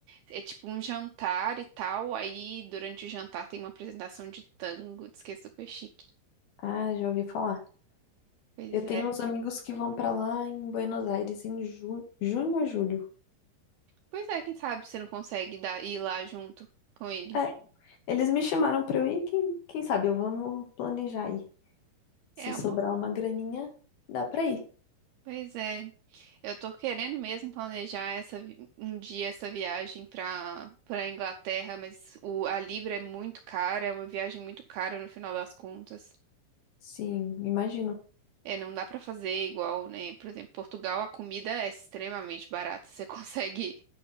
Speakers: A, on the right; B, on the left.
A: é tipo um jantar e tal. Aí, durante o jantar, tem uma apresentação de tango. Diz que é super chique.
B: Ah, já ouvi falar.
A: Pois
B: Eu tenho
A: é.
B: uns amigos que vão pra lá em Buenos Aires em ju... junho ou julho.
A: Pois é, quem sabe você não consegue dar, ir lá junto com eles.
B: É, eles me chamaram pra eu ir. Quem, quem sabe eu vamos planejar aí. Se
A: É
B: sobrar
A: uma.
B: uma graninha, dá pra ir.
A: Pois é. Eu tô querendo mesmo planejar essa, vi- um dia essa viagem pra para Inglaterra, mas o, a Libra é muito cara, é uma viagem muito cara no final das contas.
B: Sim, imagino.
A: É, não dá pra fazer igual, né? Por exemplo, Portugal, a comida é extremamente barata. Você <laughs> consegue